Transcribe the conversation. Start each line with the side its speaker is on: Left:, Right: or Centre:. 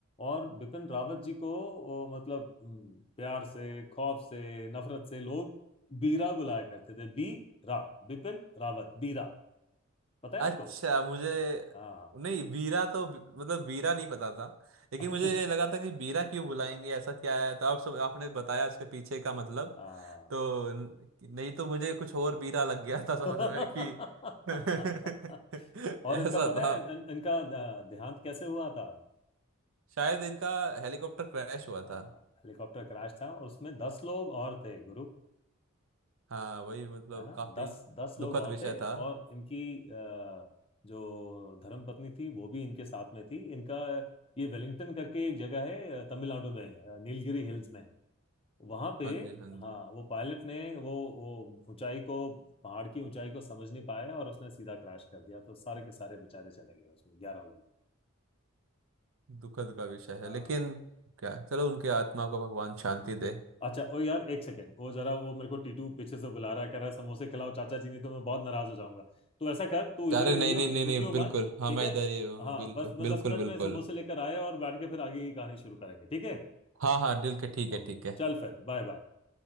Left: और बिपिन रावत जी को ओ, मतलब हम्म, प्यार से खौफ से नफरत से लोग बीरा बुलाया करते थे बी रा बिपिन रावत बीरा पता है आपको
Right: अच्छा मुझे
Left: हाँ
Right: नहीं बीरा तो मतलब बीरा नहीं पता था लेकिन
Left: <laughs>
Right: मुझे ये लगा था कि बीरा क्यों बुलाएंगे ऐसा क्या है तो आप सब आपने बताया उसके पीछे का मतलब
Left: हाँ
Right: तो न- नहीं तो मुझे कुछ और बीरा लग गया था समझ
Left: <laughs>
Right: में कि <laughs>
Left: और
Right: ऐसा
Left: इनका पता
Right: था
Left: है इन, इनका अ, देहांत कैसे हुआ था
Right: शायद इनका हेलीकॉप्टर क्रैश हुआ
Left: हाँ,
Right: था
Left: हेलीकॉप्टर क्रैश था और उसमें दस लोग और थे गुरु
Right: हाँ वही मतलब
Left: है ना
Right: काफी
Left: दस दस लोग
Right: दुखद
Left: और
Right: विषय
Left: थे
Right: था
Left: और इनकी अ, जो धर्मपत्नी थी वो भी इनके साथ में थी इनका ये वेलिंगटन करके एक जगह है अ, तमिलनाडु में अ, नीलगिरी हिल्स में वहां पे
Right: हाँ जी हाँ
Left: हाँ
Right: जी
Left: वो पायलट ने वो वो ऊंचाई को पहाड़ की ऊंचाई को समझ नहीं पाया और उसने सीधा क्रैश कर दिया तो सारे के सारे बेचारे चले गए उसमें ग्यारह लोग
Right: दुखद का विषय है
Left: हाँ
Right: लेकिन क्या चलो उनकी आत्मा को भगवान शांति दे
Left: अच्छा ओ यार एक सेकंड वो जरा वो मेरे को टीटू पीछे से बुला रहा है कह रहा है समोसे खिलाओ चाचा जी नहीं तो मैं बहुत नाराज हो जाऊंगा तो ऐसा कर तू इधर
Right: अरे
Left: ही रहियो
Right: नहीं नहीं नहीं
Left: रुकियो
Right: नहीं बिल्कुल
Left: मत
Right: हाँ
Left: ठीक
Right: मैं
Left: है
Right: इधर ही हूँ
Left: हाँ
Right: बिल्कुल
Left: बस मैं
Right: बिल्कुल
Left: दस मिनट
Right: बिल्कुल
Left: में समोसे लेकर आया और बैठ के फिर आगे की कहानी शुरू करेंगे ठीक है
Right: हाँ हाँ दिल के ठीक है
Left: ओके
Right: ठीक है
Left: चल फिर Bye bye